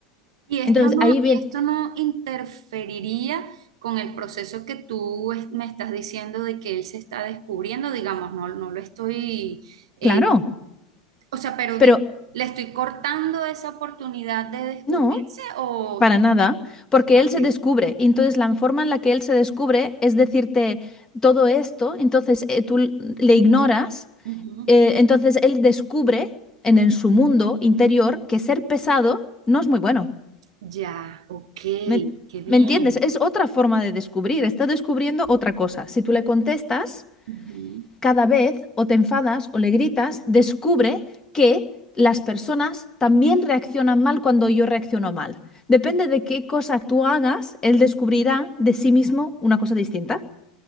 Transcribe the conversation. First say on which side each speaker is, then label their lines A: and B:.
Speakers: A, on the right (about 70°); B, on the left (about 20°).
A: Y esto
B: Entonces,
A: no,
B: ahí bien,
A: y esto no interferiría con el proceso que tú es- me estás diciendo de que él se está descubriendo, digamos, no, no lo estoy, eh,
B: Claro,
A: o sea, pero
B: pero
A: di- le estoy cortando esa oportunidad de descubrirse
B: no,
A: o...
B: para nada, porque
A: ok,
B: él se descubre. Y entonces la forma en la que él se descubre es decirte todo esto, entonces eh, tú l- le ignoras,
A: ujú,
B: eh, entonces él descubre en, en su mundo interior que ser pesado no es muy bueno.
A: Ya, ok,
B: ¿Me,
A: qué bien.
B: me entiendes? Es otra forma de descubrir, está descubriendo otra cosa. Si tú le contestas...
A: ujú,
B: Cada vez o te enfadas o le gritas, descubre que las personas también reaccionan mal cuando yo reacciono mal. Depende de qué cosa tú hagas, él descubrirá de sí mismo una cosa distinta.